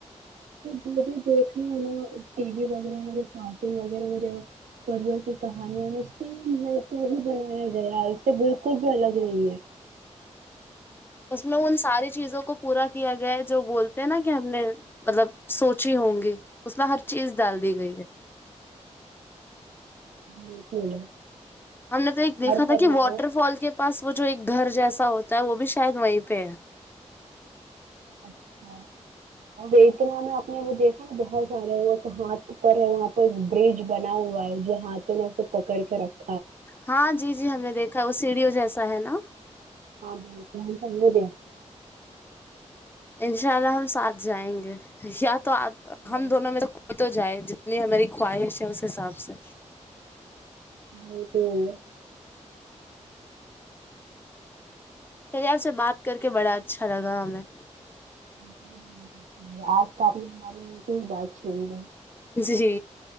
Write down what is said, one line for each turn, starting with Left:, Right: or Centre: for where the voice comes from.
Right: جب بھی دیکھ رہے ہیں نا ٹی وی بن رہی ہیں م جو سارٹن وغیرے ہیں جو پریوں کی کانیا میں اس کے مطلب ات ہی بنایا در اس سے بالکل بھی الگ نہیں ہے
Left: اس میں ان ساری چیزوں کو پورا کیا گیا ہے جو بولتے ہیں نا کہ ہم نے مطلب سوچی ہوں گی اس میں ہر چیز ڈال دی گئی ہے
Right: بالکل
Left: ہم نے تو ایک دیکھا
Right: اور فرمایا
Left: تھا کہ واٹر فال کے پاس وہ جو ایک گھر جیسا ہوتا ہے وہ بھی شاید وہیں پہ ہے
Right: اچھا اور اتنا میں آپ نے وہ دیکھا بہت سارا ہاتھ پر ہے وہاں پ برج بنا ہوا ہے جو ہاتھوں نے اسے پکڑ کے رکھ
Left: ہاں جی جی ہم نے دیکھا وہ سیڑیو جیسا ہے نا
Right: ہاں بالکل ہم تو وہ د
Left: انشاء اللہ ہم ساتھ جائیں گے یا تو تو
Right: بالکل
Left: ہم دونوں میں تو کوئی تو جائے اتنی ہماری خواہش ہے اس حساب سے
Right: ج <unintelligible> پل <unintelligible>
Left: پری آپ سے بات کر کے بڑا اچھا لگا ہمیں
Right: ہم بھی ب <inaudible> آج کا آ نے ہمارے نیے سے ہی بات کھیے <unintelligible>
Left: جی